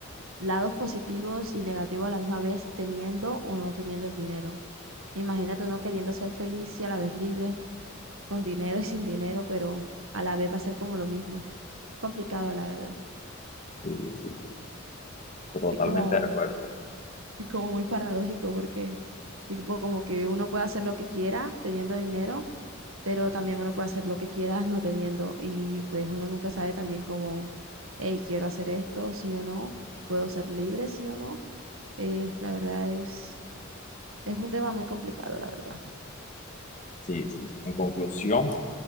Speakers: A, on the right; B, on the left.
A: lados positivos y negativos a la misma vez, teniendo o no teniendo el dinero. Imagínate uno queriendo ser feliz y a la vez libre, con dinero y sin dinero, pero a la vez va a ser como lo mismo. Complicado, la verdad.
B: Sí, sí, totalmente
A: Es como
B: de acuerdo.
A: <laughs> como muy paradójico porque, tipo, como que uno puede hacer lo que quiera teniendo dinero, pero también uno puede hacer lo que quiera no teniendo. Y pues uno nunca sabe también como, hey, quiero hacer esto, sí o no, puedo ser libre, sí o no. Eh, la verdad es, es un tema muy complicado, la verdad.
B: Sí, sí. En conclusión,